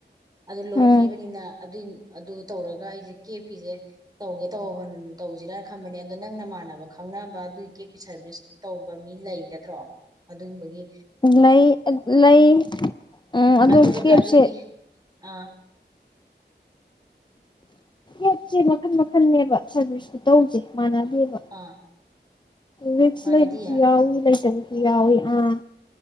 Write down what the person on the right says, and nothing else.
ꯑꯗꯨ ꯂꯣꯟ
ꯄꯤꯕꯅꯤꯅ ꯑꯗꯨꯏ ꯑꯗꯨ ꯇꯧꯔꯒ ꯑꯩꯁꯦ ꯀꯦꯞꯀꯤꯁꯦ ꯇꯧꯒꯦ ꯇꯧ ꯇꯧꯁꯤꯔꯅ ꯈꯕꯅꯦ ꯑꯗꯣ ꯅꯪꯅꯃꯥꯟꯅꯕ ꯈꯪꯅꯕ ꯑꯗꯨꯒꯤ ꯀꯦꯞꯀꯤ ꯁꯔꯚꯤꯁ ꯇꯧꯕ ꯃꯤ ꯂꯩꯒꯗ꯭ꯔꯣ ꯑꯗꯨꯨꯝꯕꯒꯤ
ꯑꯗꯨꯒ
ꯒꯥꯔꯤꯒꯤ ꯑꯥ
ꯑꯥ
ꯃꯥꯟꯅꯗꯤꯌꯦ